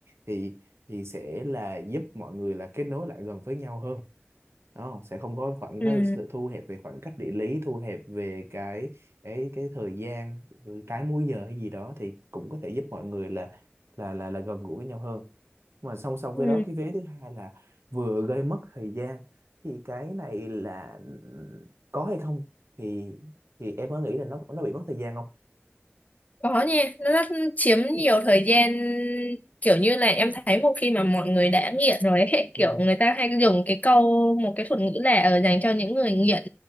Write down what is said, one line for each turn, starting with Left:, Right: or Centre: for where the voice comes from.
Right: thì thì sẽ là giúp mọi người là kết nối lại gần với nhau hơn đó, sẽ không có khoảng
Left: ừ
Right: nó sẽ thu hẹp về khoảng cách địa lý thu hẹp về cái cái cái thời gian trái múi giờ hay gì đó thì cũng có thể giúp mọi người là là là là gần gũi với nhau hơn mà song song
Left: ừ
Right: với đó cái vế thứ hai là vừa gây mất thời gian thì cái này là có hay không thì thì em có nghĩ là nó nó bị mất thời gian không
Left: Có nhỉ, nó rất chiếm nhiều thời gian kiểu như là em thấy một khi mà mọi người đã nghiện rồi ấy, <laughs> kiểu
Right: ừ
Left: người ta hay dùng cái câu một cái thuật ngữ là ở dành cho những người nghiện